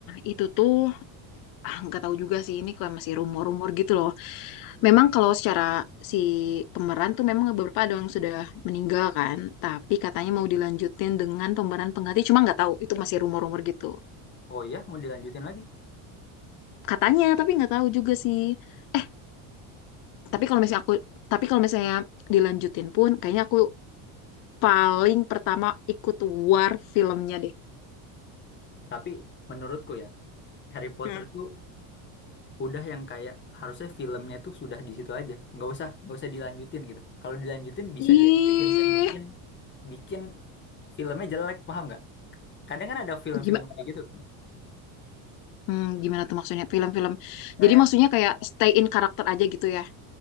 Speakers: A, on the left; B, on the left.
A: itu tuh ah, nggak tahu juga sih ini kayak masih rumor-rumor gitu loh.
B: Hmm.
A: Memang kalau secara si pemeran tuh memang beberapa ada yang sudah meninggal kan, tapi katanya mau dilanjutin dengan pemeran pengganti. Cuma nggak tahu, itu masih rumor-rumor gitu.
B: Oh iya, mau dilanjutin lagi.
A: Katanya, tapi nggak tahu juga sih. Eh, tapi kalau misalnya aku, tapi kalau misalnya dilanjutin pun, kayaknya aku paling pertama ikut war filmnya deh.
B: Tapi menurutku ya, Harry Potter
A: Hmm.
B: itu udah yang kayak harusnya filmnya tuh sudah di situ aja. Nggak usah, nggak usah dilanjutin gitu. Kalau dilanjutin bisa
A: Ih,
B: jadi bikin bikin bikin filmnya jelek, paham nggak? Kadang kan ada film-film
A: gimana?
B: kayak gitu.
A: Hmm, gimana tuh maksudnya film-film?
B: Kayak
A: Jadi maksudnya kayak stay in karakter aja gitu ya.